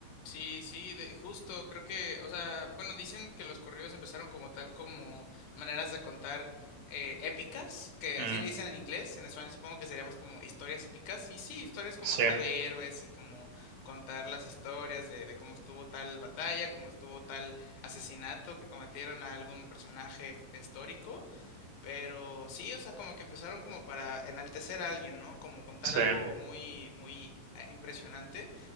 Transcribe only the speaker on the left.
Sí, sí, de, justo, creo que, o sea, bueno, dicen que los corridos empezaron como tal, como maneras de contar eh, épicas, que
así le dicen en inglés, en español supongo que sería más como historias épicas, y sí, historias como
acá de héroes y como contar las historias de, de cómo estuvo tal batalla, cómo estuvo tal asesinato que cometieron a algún personaje f- histórico, pero sí, o sea, como que empezaron como para enaltecer a alguien, ¿no? Como contar
algo
muy, muy eh, impresionante.